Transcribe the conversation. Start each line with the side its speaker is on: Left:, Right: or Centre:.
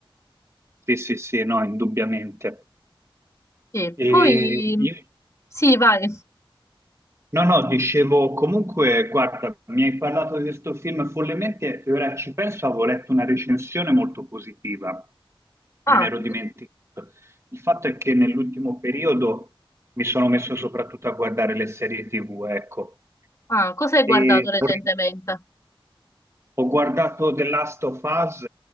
Right: Sì, sì, sì, no, indubbiamente.
Left: Sì,
Right: E
Left: poi
Right: io-
Left: sì, vai.
Right: no, no, dicevo comunque, guarda, mi hai parlato di questo film follemente e ora ci penso, avevo letto una recensione molto positiva,
Left: Ah,
Right: me ne ero dimenticato. Il fatto è che nell'ultimo periodo mi sono messo soprattutto a guardare le serie TV, ecco,
Left: ah, cosa hai guardato
Right: e
Left: recentemente?
Right: ho ho guardato The Last of Us